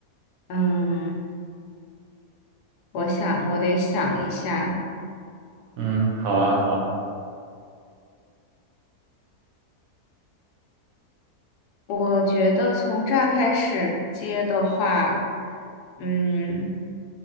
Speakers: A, on the left; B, on the right.
A: 嗯，我想我得想一下。
B: 嗯，好啊，好啊。
A: 我觉得从乍开始接的话，嗯。